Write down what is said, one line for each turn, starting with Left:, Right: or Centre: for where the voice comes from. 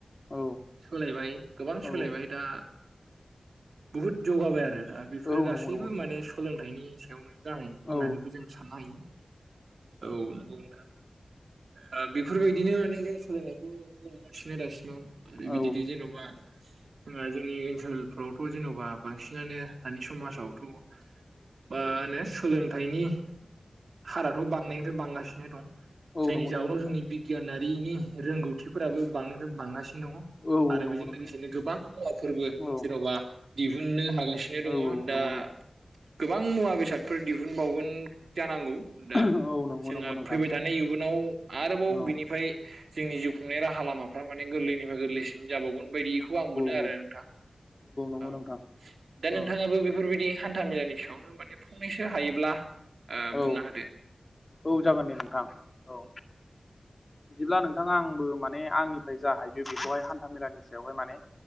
Left: औ
Right: सोलायबाय गोबां
Left: औ
Right: सोलायबाय दा बुहुद जौगाबाय आरो दा बेफोरो
Left: औ
Right: गासैबो
Left: नंगौ नंगौ नोंथां
Right: माने सोलोंथाइनि सायावनो जानाय होननानैबो
Left: औ
Right: जों साननो हायो औ नंगौ नोंथां ओ बेफोरबायदिनो माने जों सोलायनायखौ नुनो मोनगासिनो दासिमाव आरो बिदिनो
Left: औ
Right: जेन'बा जोंहा जोंनि ओनसोलफ्रावथ' जेन'बा बांसिनानो दानि समाजावथ' मा होनो सोलोंथाइनि हाराथ' बां नायनिफ्राय बांगासिनो दं
Left: औ
Right: जायनि
Left: नंगौ
Right: जउनाव
Left: नंगौ नोंथां
Right: जोंनि बि गियानारिनि रोंगौथिफोराबो बांनिफ्राय बांगासिनो दङ।
Left: औ
Right: आरो
Left: नंगौ
Right: बेजों
Left: नोंथां
Right: लोगोसेनो गोबां मुवा फोरबो
Left: औ
Right: जेन'बा दिहुननो हागासिनो दङ
Left: औ
Right: दा
Left: नंगौ नोंथां
Right: गोबां मुवा बेसाद फोर दिहुनबावगोन जानांगौ दा
Left: औ
Right: जोंहा
Left: नंगौ नंगौ नोंथां
Right: फैबाय
Left: औ
Right: थानाय इयुनाव आरोबाव
Left: औ
Right: बिनिफ्राय जोंनि जिउ खुंनाय राहा लामाफ्रा माने गोरलैनो गोरलैसिन जाबावगोन बायदिखौ आं मोनो
Left: औ
Right: आरो
Left: औ
Right: नोंथां
Left: नंगौ
Right: औ
Left: नोंथां
Right: दा नोंथाङाबो
Left: औ
Right: बेफोरबायदि हान्था मेलानि सायावनो माने फंनैसो हायोब्ला ओ
Left: औ
Right: बुंना होदो
Left: औ जागोन दे नोंथां औ बिदिब्ला नोंथाङा आंबो माने आंनिफ्राय जा हायो बेखौहाय हान्था मेलानि सायावहाय माने